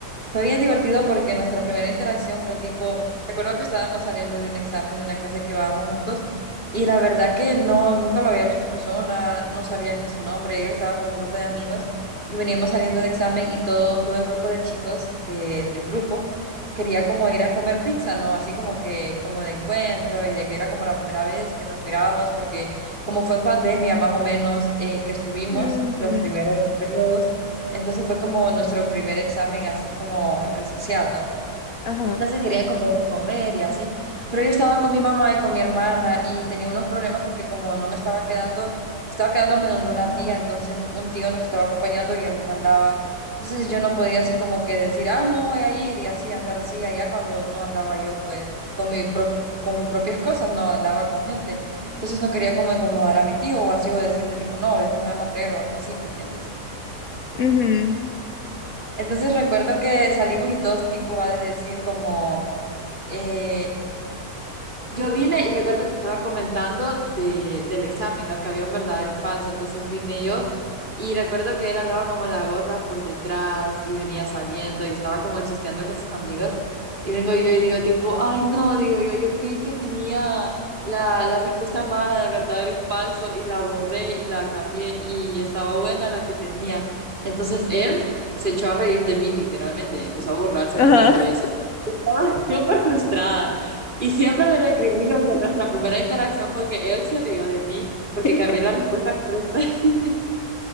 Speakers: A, on the right (about 30°); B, on the left (about 65°).
A: Fue bien divertido porque nuestra primera interacción fue tipo, recuerdo que estábamos saliendo de un examen, de una clase que íbamos juntos, y la verdad que no, nunca lo había visto en persona, no sabía ni su nombre, yo estaba con un grupo de amigos y veníamos saliendo de examen y todo, todo el grupo de chicos de- del grupo quería como ir a comer pizza, ¿no? Así como que, como de encuentro y de que era como la primera vez que nos mirábamos porque como fue en pandemia más o menos eh, que estuvimos
B: Ujú.
A: los primeros periodos entonces fue como nuestro primer examen así como en presencial, ¿no?
B: Ajá.
A: Entonces quería como ir a comer y así, pero yo estaba con mi mamá y con mi hermana y tenía unos problemas porque como no me estaba quedando, estaba quedándome donde una tía, entonces un tío nos estaba acompañando y él nos andaba. Entonces yo no podía así como que decir, ah, no voy a ir y así andar así allá cuando no andaba yo pues con mi pro- con mis propias cosas, no andaba con gente. Entonces no quería como incomodar a mi tío o así o decirle tipo, no, después me vas a traer o algo así, ¿me entiendes?
B: Ujú.
A: Entonces recuerdo que salimos y todos tipo va a decir como, eh, yo vine y recuerdo que estaba comentando de, del examen, ¿no? Que había un verdadero y falso. Entonces vine yo y recuerdo que él andaba como la gorra por detrás y venía saliendo y estaba como chisteando con sus amigos. Y vengo yo y digo tipo, ay no, digo yo, yo creí que tenía la, la respuesta mala de verdadero y falso y la borré y la cambié y estaba buena la que tenía. Entonces él se echó a reír de mí literalmente, empezó a burlarse
B: Ajá.
A: de mí por eso. Estaba súper frustrada. Y siempre le recrimino que nuestra primera interacción fue que él se rió de mí porque
B: <laughs>
A: cambié la respuesta correcta. <laughs>